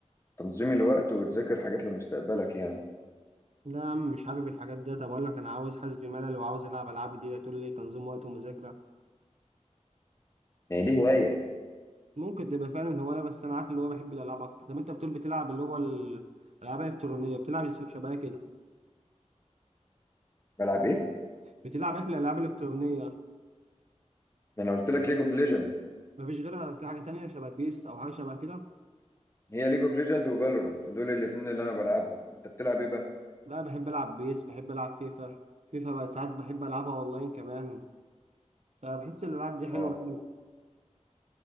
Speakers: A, on the left; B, on the right.
A: تنظيم الوقت وتذاكر حاجات لمستقبلك يعني
B: لا يا عم مش حابب الحاجات دي طب اقول لك انا عاوز حاسس بملل وعاوز العب العاب جديده تقول لي تنظيم وقت ومذاكره
A: يعني دي هوايه
B: ممكن تبقى فعلا هوايه بس انا عارف اللي هو بحب الالعاب اكتر طب انت بتقول بتلعب اللي هو ال- الالعاب الالكترونيه بتلعب شبه كده
A: بلعب ايه
B: بتلعب ايه في الالعاب الالكترونيه
A: انا قلت لك ليج اوف ليجند
B: مفيش غيرها في حاجه تانية شبه بيس او حاجه شبه كده
A: هي ليج اوف ليجند وفالورانت دول الاتنين اللي انا بلعبهم انت بتلعب ايه بقى
B: لا بحب العب بيس بحب العب فيفا فيفا بقى ساعات بحب العبها اونلاين كمان فبحس الالعاب دي
A: اه
B: حلوه